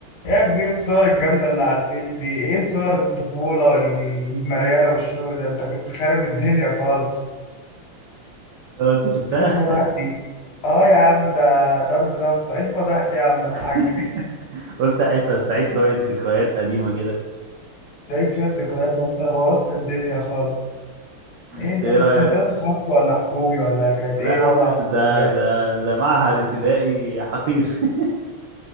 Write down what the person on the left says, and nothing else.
ايه يا كبير الصور الجامدة اللي على الفيس دي ايه صور الطفولة والمريالة والشغل ده انت كنت خارب الدنيا خالص
ايه الفضايح دي اه يا عم ده ضرب نار ايه الفضايح دي يا عم الحاج
تعيد شوية ذكريات ده انت بوظت الدنيا خالص ايه
انت
كنت
في مدرسة خاصة ولا حكومي ولا كانت
ايه
وضعك
في الابتدائي